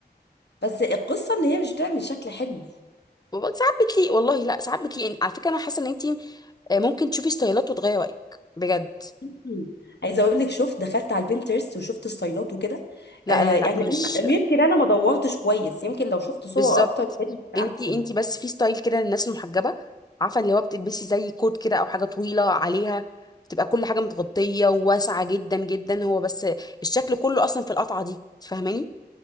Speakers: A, on the left (about 80°); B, on the left (about 25°).
A: بس القصه ان هي مش بتعمل شكل حلو
B: وبرضه ساعات بتليق والله لا ساعات بتليق يعني على فكره انا حاسه ان انت ممكن تشوفي ستايلات وتغيري رايك بجد
A: مم. عايزه اقول لك شفت دخلت على البنترست وشفت ستايلات وكده
B: لا
A: آه
B: لا
A: يعني
B: لا مش
A: انا يمكن انا ما دورتش كويس يمكن لو شفت
B: بالظبط
A: صور اكتر كانت هتبقى
B: انتي
A: احسن
B: انتي بس في ستايل كده للناس المحجبه عارفه اللي هو بتلبسي زي كوت كده او حاجه طويله عليها بتبقى كل حاجه متغطيه وواسعه جدا جدا هو بس الشكل كله اصلا في القطعه دي تفهماني